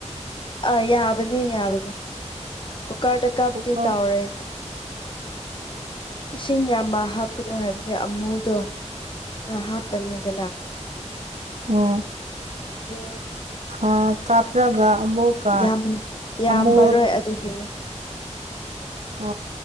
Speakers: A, on the left; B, on the right.
A: ꯑ ꯌꯥꯕꯅꯦ ꯌꯥꯕꯅꯤ ꯀꯨꯀꯥ ꯇ ꯀꯥꯞ
B: ꯀꯨꯀꯔ
A: ꯀꯦ ꯇꯥꯥꯎꯔꯦ ꯏꯁꯤꯡ ꯌꯥꯝꯕ ꯍꯥꯞꯀꯅꯨ ꯍꯥꯏꯕꯗꯤ ꯑꯃꯨꯜꯗꯣ ꯑ ꯍꯥꯞꯄꯅꯤꯗꯅ
B: ꯑꯣꯝ
A: ꯍ
B: ꯑ ꯀꯥꯄ꯭ꯔꯒ ꯑꯃꯨꯀꯥ
A: ꯌꯥꯝ ꯌꯥꯝꯃꯔꯣꯏ
B: ꯑꯃꯨꯛ
A: ꯑꯗꯨꯒꯤꯅꯦ
B: ꯑ